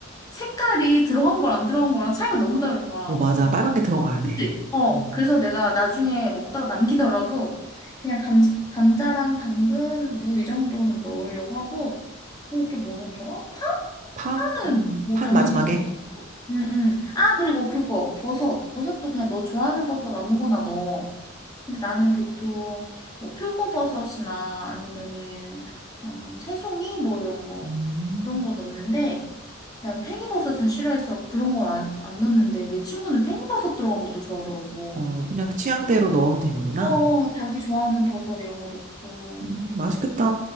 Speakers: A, on the left (about 20°); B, on the right (about 35°).
A: 색깔이 들어간 거랑 안 들어간 거랑 차이가 너무 다른 거야.
B: 어, 맞아. 빨간 게 들어가야 돼.
A: 그치? 어,
B: 음.
A: 그래서 내가 나중에 먹다가 남기더라도 그냥 감자, 감자랑 당근, 무 이 정도는 넣으려고 하고 그리고 또 뭐 넣더라? 파?
B: 파?
A: 파는
B: 음,
A: 뭐
B: 파는
A: 당연히
B: 마지막에?
A: 넣네. 응, 응. 아, 그리고 그거 버섯. 버섯도 그냥 너 좋아하는 버섯 아무거나 넣어. 근데 나는 보통 뭐 표고버섯이나 아니면은 그냥 새송이 뭐 이런 거
B: 음.
A: 그런 거 넣는데 난 팽이버섯은 싫어해서 그런 건 안, 안 넣는데 내 친구는 팽이버섯 들어간 것도 좋아하더라고.
B: 어, 그냥 취향대로 넣으면 되는구나.
A: 어, 자기 좋아하는 버섯 이런 거 넣고.
B: 음, 맛있겠다.